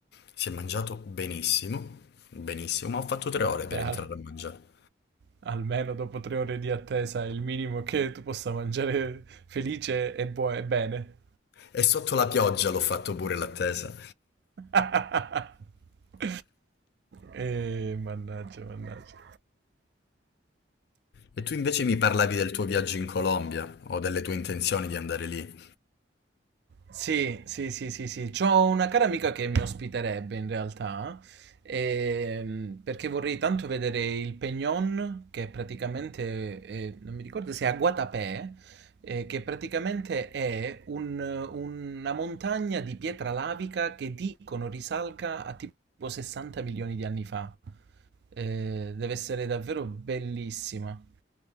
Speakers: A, on the left; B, on the right.
A: Si è mangiato benissimo, benissimo, ma ho fatto tre ore
B: Beh,
A: per entrare
B: al-
A: a mangiare.
B: almeno dopo tre ore di attesa è il minimo che tu possa mangiare felice e, buo- e bene.
A: E sotto la pioggia l'ho fatto pure l'attesa.
B: <laughs> Eh, mannaggia, mannaggia.
A: E tu invece mi parlavi del tuo viaggio in Colombia o delle tue intenzioni di andare lì.
B: Sì, sì, sì, sì, sì. C'ho una cara amica che mi ospiterebbe in realtà, ehm, perché vorrei tanto vedere il Peñón, che praticamente, è- non mi ricordo se è a Guatapé, eh, che praticamente è un- una montagna di pietra lavica che dicono risalga a tipo 60 milioni di anni fa. Eh, deve essere davvero bellissima.